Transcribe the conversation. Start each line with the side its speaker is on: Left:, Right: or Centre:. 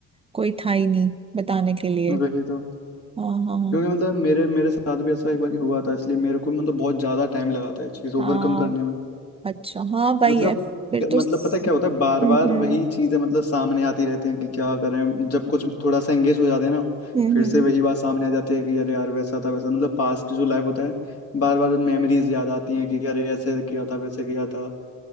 Right: कोई था ही नहीं बताने के लिए
Left: वही तो
Right: हाँ हाँ
Left: क्योंकि मतलब मेरे मेरे साथ भी ऐसा एक बार हुआ था इसलिए मेरे को मतलब बहुत ज्यादा टाइम लगा था ये चीज ओवरकम
Right: हाँ
Left: करने में
Right: अच्छा हाँ वही
Left: मतलब
Right: है फिर तो
Left: मतलब
Right: स-
Left: पता है क्या होता है बार
Right: हम्म
Left: बार
Right: हम्म
Left: वही चीजें मतलब सामने आती रहती हैं कि क्या करें जब कुछ थोड़ा सा एंगेज हो जाते हैं ना
Right: हम्म
Left: फिर
Right: हम्म
Left: से वही बात सामने आ जाती है कि अरे यार वैसा था वैसा मतलब पास्ट जो लाइफ होता है बार बार मेमोरीज याद आती हैं कि अरे ऐसे किया था वैसे किया था